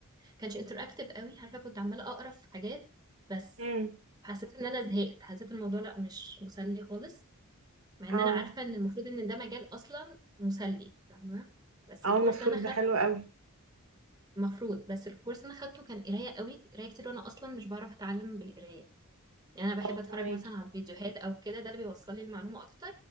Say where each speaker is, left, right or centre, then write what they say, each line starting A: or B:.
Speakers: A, on the right (about 20°); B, on the right (about 65°).
A: كانش انتراكتيف قوي عارفه كنت عماله اقرا في حاجات بس
B: أمم
A: حسيت ان انا زهقت حسيت الموضوع لا مش مسلي خالص مع ان
B: أو
A: انا عارفه ان المفروض ان ده مجال اصلا مسلي فاهمه بس
B: أو
A: الكورس
B: المفروض
A: اللي انا خدته
B: ده حلو قوي
A: المفروض بس الكورس اللي انا خدته كان قرايه قوي قرايه كتير وانا اصلا مش بعرف اتعلم بالقرايه يعني انا
B: أه
A: بحب اتفرج
B: فهماكي
A: مثلا على فيديوهات او كده ده اللي بيوصل لي المعلومه اكتر